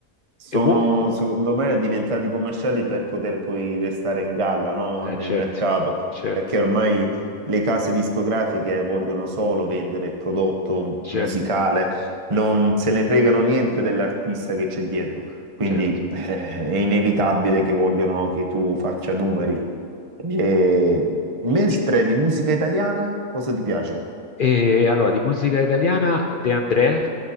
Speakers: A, on the right (about 30°); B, on the left (about 60°).
A: sono
B: e wo-
A: secondo me diventati commerciali per poter poi restare in galla, no?
B: eh,
A: Nel
B: certo,
A: mercato,
B: certo,
A: perché ormai le case discografiche vogliono solo vendere il prodotto
B: certo,
A: musicale, non se ne fregano niente dell'artista che c'è dietro. Quindi
B: certo.
A: eh, è inevitabile che vogliono che tu faccia numeri. E mentre
B: I-
A: di musica italiana, cosa ti piace?
B: E, allora, di musica italiana De André,